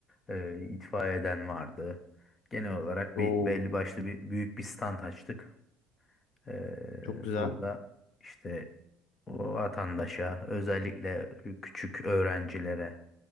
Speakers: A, on the left (about 20°); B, on the left (about 75°).
A: Ee, itfaiyeden vardı. Genel olarak
B: Oo,
A: bir belli başlı bir büyük bir stand açtık. Ee,
B: çok güzel.
A: burada işte vatandaşa özellikle küçük öğrencilere,